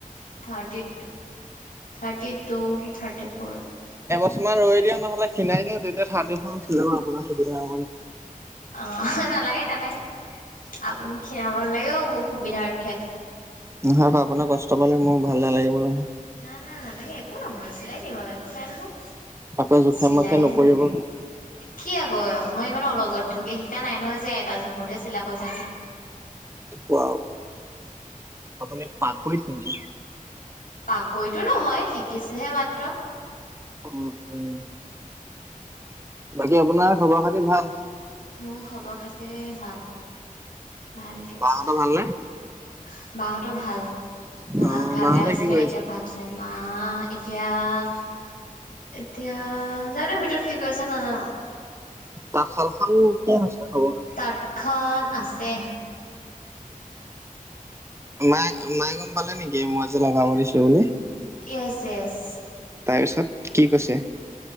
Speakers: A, on the left (about 75°); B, on the right (about 20°).
A: থাৰ্টি থাৰ্টি টু থাৰ্টি ফ
B: কিছুমান ৰৈ দিওঁ নহলে খিনাই দিওঁ তেতিয়া থাৰ্টি আপোনাৰসুবিধা
A: অ' নালাগে নালাগে আপুনি খ্ষীণাব নালাগে মোৰ সুবিধাৰ্থে।
B: নহয় ব আপোনাৰ কষ্ট পালে মোৰ ভাল নালাগিব নহয়।
A: নাই না নালাগে একো নহয় চিলাই দিম একো নাই নহয়
B: আকৌ জোখে
A: চিলাইহে
B: মোখে নপৰিব।
A: দিবনে কি আকৌ মই ইানে অলগধ্ব কি? শিকা নাই নহয় যে এটা জোখতহে চিলাবযেন।
B: ৱাও আপুনি পাশৈত নেকি?
A: পাকৈতো নহয় শিকিছোহে মাত্ৰ
B: অ' উম বাকী আপোনাৰ খবৰ খাতি ভাল
A: মোৰ খবৰ খাতি ভাল ভালকে
B: বাহঁতৰ
A: আছো
B: ভালনে?
A: বাহতৰ ভাল। বা
B: অ',
A: গা
B: মাহঁতে
A: বেয়া হৈছিলে
B: কি কৰিছে?
A: এতিয়া ভাল চ মা এতিয়া এতিয়া জানো ভিতৰত কি কৰি আছে নাজানো
B: তাতশাল খন কি? খবৰ খাতি?
A: তাঁত খন আছে
B: মায় মায়ে গম পালে নেকি মই যে লগা কৰিছো বুলি।
A: এছ এছ
B: তাৰপিছত কি কৈছে?